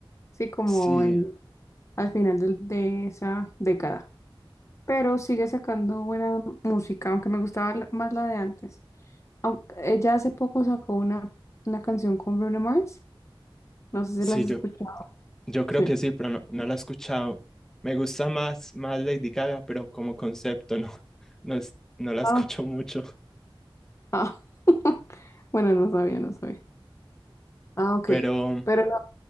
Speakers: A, on the left (about 35°); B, in the centre.
A: Sí, como
B: Sí,
A: en, al final del- de esa década. pero sigue sacando buena música, aunque me gustaba la- más la de antes. Aunque ella hace poco sacó una, una canción con Bruno Mars, no sé si
B: sí,
A: la has escuchado.
B: yo, yo creo
A: Sí.
B: que sí, pero no, no la he escuchado. Me gusta más, más Lady Gaga, pero como concepto no, <laughs> no, es- no la
A: Ah,
B: escucho mucho.
A: ah. <laughs> Bueno, no sabía, no sabía. Ah, ok,
B: Pero,
A: pero no,